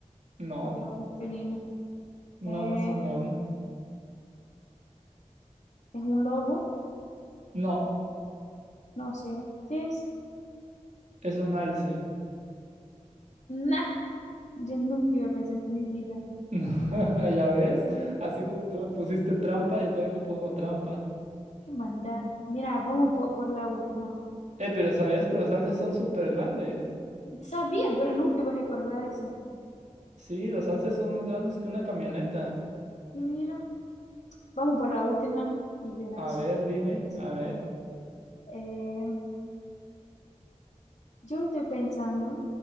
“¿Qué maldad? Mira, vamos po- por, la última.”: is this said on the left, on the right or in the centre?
Left